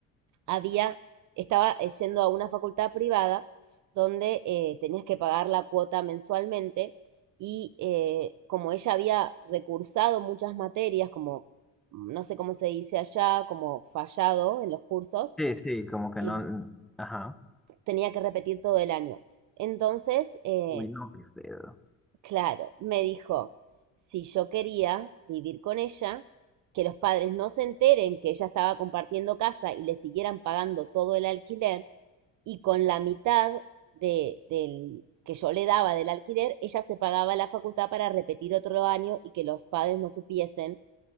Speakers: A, on the right; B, in the centre.
A: había, estaba eh, yendo a una facultad privada donde eh, tenías que pagar la cuota mensualmente y eh, como ella había recursado muchas materias, como no sé cómo se dice allá, como fallado en los cursos,
B: Sí, sí, como que
A: em,
B: no. Ajá.
A: tenía que repetir todo el año. Entonces, eh,
B: Uy, no, qué feo,
A: Claro, me dijo, si yo quería vivir con ella, que los padres no se enteren que ella estaba compartiendo casa y le siguieran pagando todo el alquiler, y con la mitad de, del que yo le daba del alquiler, ella se pagaba la facultad para repetir otro año y que los padres no supiesen